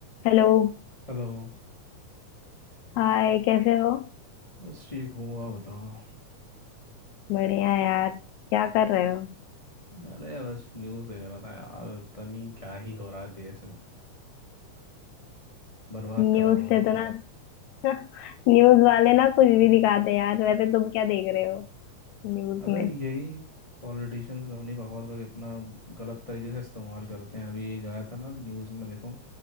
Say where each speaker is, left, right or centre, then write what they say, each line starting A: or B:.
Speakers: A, on the left; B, on the left.
A: Hello
B: Hello
A: Hi कैसे हो
B: बस ठीक हूँ आप बताओ
A: बढ़िया यार क्या कर रहे हो
B: अरे बस न्यूज़ देख रहा था यार पता नहीं क्या ही हो रहा है देश में बर्बाद
A: न्यूज़
B: करा हुआ
A: से
B: है
A: तो ना <laughs> न्यूज़ वाले ना कुछ भी दिखाते हैं यार वैसे तुम क्या देख रहे हो न्यूज़
B: अरे
A: में
B: यही पॉलिटिशियंस अपनी पावर का कितना गलत तरीके से इस्तेमाल करते हैं अभी एक आया था ना न्यूज़ में देखो